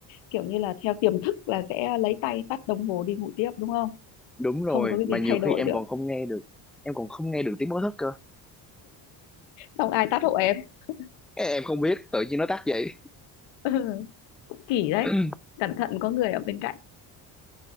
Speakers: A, on the left; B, in the centre.
A: kiểu như là theo tiềm thức là sẽ lấy tay tắt đồng hồ đi ngủ tiếp đúng không
B: đúng rồi
A: không có cái
B: mà
A: gì
B: nhiều
A: thay đổi
B: khi em
A: được
B: còn không nghe được em còn không nghe được tiếng báo thức cơ
A: xong ai tắt hộ em <laughs>
B: Cái em không biết tự nhiên nó tắt vậy
A: Ừ, kỳ đấy
B: <clears throat>
A: cẩn thận có người ở bên cạnh